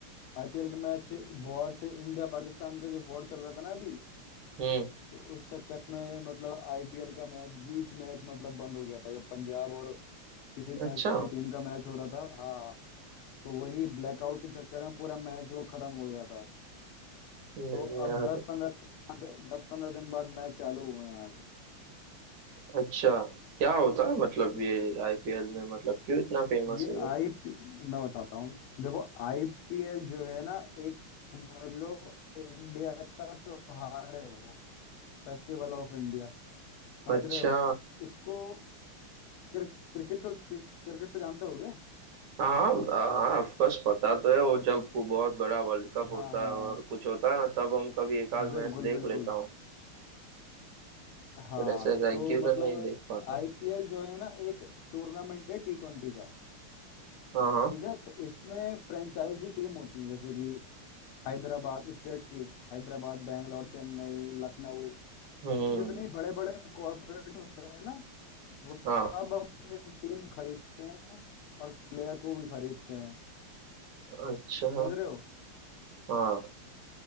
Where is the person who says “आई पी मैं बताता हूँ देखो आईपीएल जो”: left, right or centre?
Left